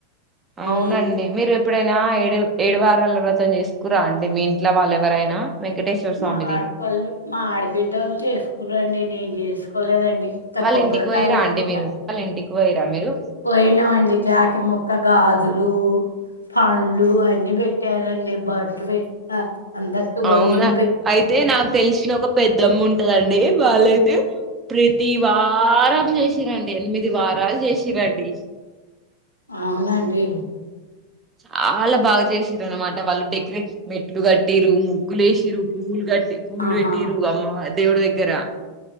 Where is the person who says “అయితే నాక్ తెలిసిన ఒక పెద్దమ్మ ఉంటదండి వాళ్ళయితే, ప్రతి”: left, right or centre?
Right